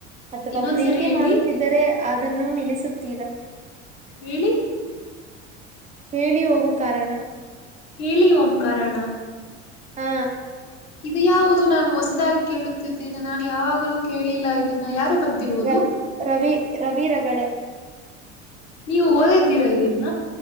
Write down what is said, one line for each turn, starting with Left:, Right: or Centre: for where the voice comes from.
Right: ಅಥವಾ
Left: ಇನ್ನೊಂದ್ಸರಿ
Right: ಪ್ರೀತಿ
Left: ಹೇಳಿ
Right: ಮಾಡುತ್ತಿದ್ದರೆ. ಅದನ್ನು ನಿಲ್ಲಿಸುತ್ತೀರಾ.
Left: ಹೇಳಿ.
Right: ಹೇಳಿ ಹೋಗು ಕಾರಣ.
Left: ಹೇಳಿ ಓಂ ಕಾರಣ.
Right: ಹಾ.
Left: ಇದು ಯಾವುದು ನಾನು ಹೊಸದಾಗಿ. ಕೇಳುತ್ತಿದ್ದೇನೆ ನಾನು ಯಾವಾಗಲೂ ಕೇಳಿಲ್ಲ ಇದನ್ನ ಯಾರು. ಬರ್ದಿರುವುದು
Right: ರ -ರವಿ -ರವಿ ರಗಳ
Left: ನೀವು ಓದಿದ್ದೀರಾ ಇದನ್ನ